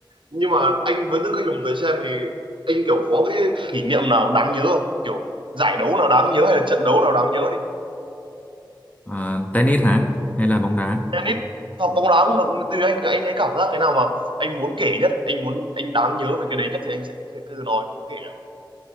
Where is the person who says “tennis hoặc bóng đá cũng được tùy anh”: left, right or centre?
Right